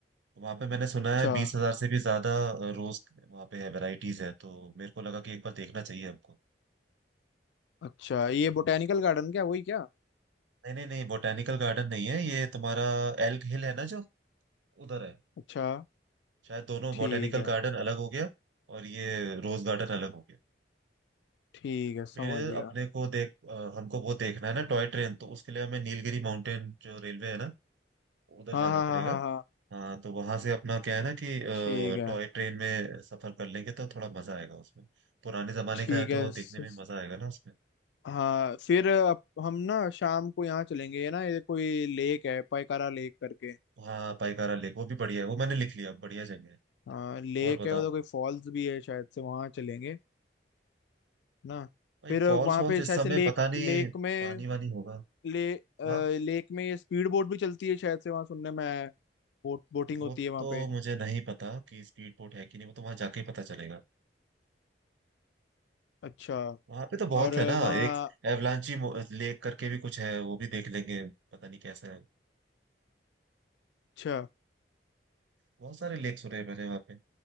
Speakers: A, on the right; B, on the left.
A: वहाँ पे मैंने सुना
B: अच्छा
A: है बीस हजार से भी ज्यादा अ, रोज वहाँ पे है वेराइटीज है तो मेरे को लगा कि एक बार देखना चाहिए हमको
B: अच्छा
A: क्या
B: ये
A: बोलते
B: बोटेनिकल गार्डन क्या वही क्या
A: नहीं नहीं नहीं बोटेनिकल गार्डन नहीं है ये तुम्हारा एल्ग हिल है ना जो उधर है
B: अच्छा
A: शायद दोनों
B: ठीक
A: बॉटेनिकल
B: है
A: गार्डन अलग हो गया और ये रोज गार्डन अलग हो गया
B: ठीक है समझ
A: फिर
B: गया
A: अपने को देख अ, हमको वो देखना है ना टॉय ट्रेन तो उसके लिए हमें नीलगिरी माउंटेन जो रेलवे है ना उधर
B: हाँ
A: जाना
B: हाँ
A: पड़ेगा
B: हाँ हाँ हाँ
A: हाँ तो वहां से अपना क्या है ना कि
B: ठीक है
A: टॉय ट्रेन में सफर कर लेंगे तो थोड़ा मजा आएगा उसमें पुराने जमाने
B: ठीक
A: का है तो
B: है
A: देखने
B: स-
A: में मजा आएगा ना उसमें
B: हाँ फिर अप- हम ना शाम को यहाँ चलेंगे ये ना ये कोई लेक है पायकारा लेक करके
A: हाँ पाइकारा लेक वो भी बढ़िया है वो मैंने लिख लिया बढ़िया जगह है
B: हाँ लेक
A: और बताओ
B: है उधर कोई फॉल्स भी है शायद से वहाँ चलेंगे ना
A: भाई
B: फिर वहाँ
A: फॉल्स वॉल्स
B: पे
A: इस
B: शायद
A: समय
B: से लेक
A: पता नहीं
B: लेक में
A: पानी वानी होगा
B: ले अ,
A: वहाँ
B: लेक में स्पीड बोट भी चलती है शायद से वहां सुनने में आया है बोट बोटिंग
A: वो
B: होती है वहां
A: तो
B: पे
A: मुझे नहीं पता कि स्पीड बोट है कि नहीं वो तो वहां जाके ही पता चलेगा
B: अच्छा
A: वहां पे तो बहुत
B: और
A: है ना
B: वहाँ
A: एक एवलांची लेक करके भी कुछ है वो भी देख लेंगे पता नहीं कैसा है
B: अच्छा
A: बहुत सारे लेक सुने हैं मैंने वहाँ पे